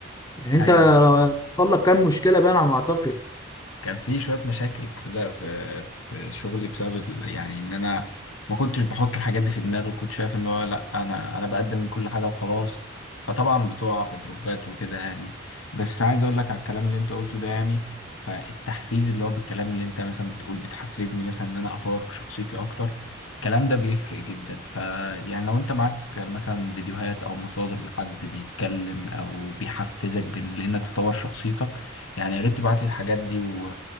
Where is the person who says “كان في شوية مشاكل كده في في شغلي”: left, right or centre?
Left